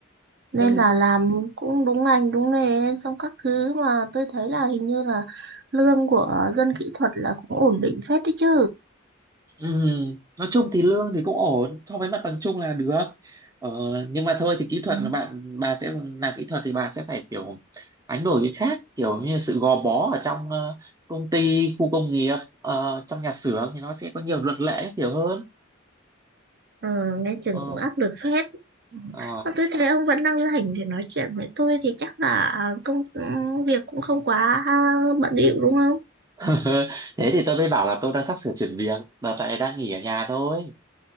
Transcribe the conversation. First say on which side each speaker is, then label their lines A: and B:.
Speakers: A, on the right (about 55°); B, on the right (about 15°).
A: nên
B: nhưng
A: là làm cũng đúng ngành đúng nghề xong các thứ mà tôi thấy là hình như là lương của dân kỹ thuật là cũng ổn định phết đấy chứ
B: Ừ, nói chung thì lương thì cũng ổn so với mặt bằng chung là được ờ, nhưng mà thôi thì kỹ
A: ừ.
B: thuật là bạn bà sẽ làm kỹ thuật thì bà sẽ phải kiểu đánh đổi cái khác kiểu như sự gò bó ở trong ờ, công ty khu công nghiệp ờ, trong nhà xưởng thì nó sẽ có nhiều luật lệ hiểu hơn
A: Ờ, nghe chừng
B: ờ,
A: cũng áp lực phết.
B: ờ.
A: Mà tôi thấy ông vẫn đang rảnh để nói chuyện với tôi thì chắc là công việc cũng không quá à, bận rộn đúng không?
B: <laughs> thế thì tôi mới bảo là tôi đang sắp sửa chuyển việc đợt này đang nghỉ ở nhà thôi